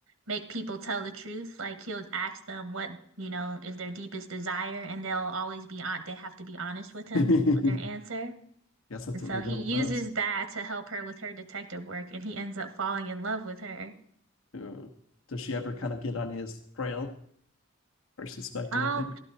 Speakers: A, on the right; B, on the left.
A: make people tell the truth. Like he'll ask them what, you know, is their deepest desire and they'll always be on they have to be honest
B: <laughs>
A: with him
B: guess
A: with their answer.
B: that's what
A: And
B: the
A: so he
B: devil
A: uses
B: does.
A: that to help her with her detective work and he ends up falling in love with her.
B: Uh, Does she ever kind of get on his trail or suspect
A: Um,
B: anything?